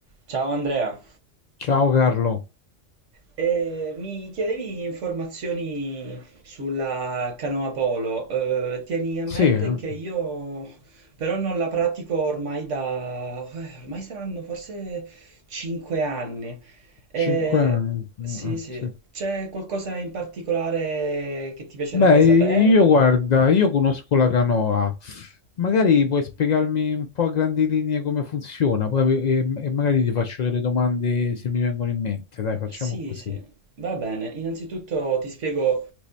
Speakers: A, on the right (about 70°); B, on the left (about 75°).
A: Ciao Andrea,
B: Ciao Carlo.
A: Eh, mi chiedevi informazioni sulla canoa polo. Eh, tieni a
B: Sì,
A: mente
B: eh,
A: che io però non la pratico ormai da... eh, ormai saranno forse 5 anni. Eh,
B: cinque anni.
A: sì,
B: eh,
A: sì.
B: sì.
A: C'è qualcosa in particolare che ti piacerebbe
B: Beh,
A: sapere?
B: io guarda, io conosco la canoa. Magari puoi spiegarmi un po' a grandi linee come funziona, poi e, e magari ti faccio delle domande se mi vengono in mente. Dai, facciamo
A: Sì,
B: così.
A: sì. Va bene. Innanzitutto ti spiego